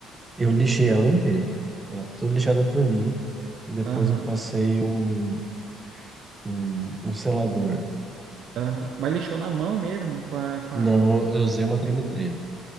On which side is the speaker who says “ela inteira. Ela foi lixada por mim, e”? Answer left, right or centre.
Right